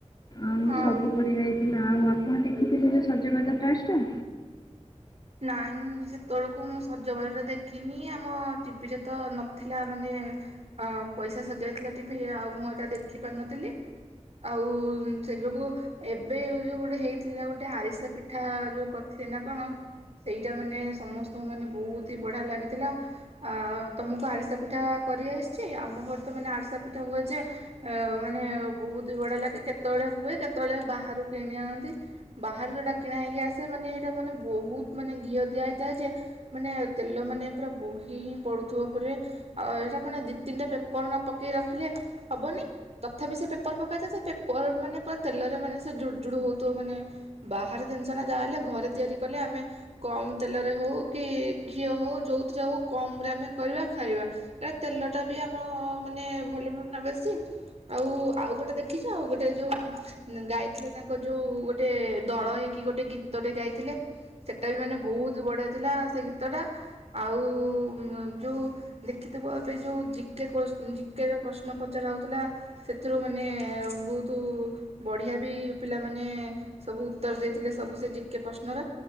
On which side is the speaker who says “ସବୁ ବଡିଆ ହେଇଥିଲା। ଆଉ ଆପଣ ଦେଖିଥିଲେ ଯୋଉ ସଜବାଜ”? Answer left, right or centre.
Left